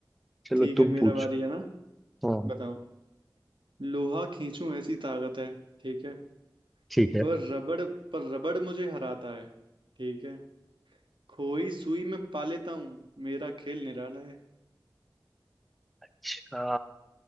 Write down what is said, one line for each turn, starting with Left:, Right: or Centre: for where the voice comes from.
Centre: चलो
Right: ठीक
Centre: तुम
Right: है मेरा
Centre: पूछो
Right: बारी है ना
Centre: हाँ
Right: बताओ लोहा खींचूं ऐसी ताकत है ठीक है
Centre: ठीक है
Right: पर रबड़ पर रबड़ मुझे हराता है ठीक है खोई सुई में पा लेता हूँ मेरा खेल निराला है
Centre: अच्छा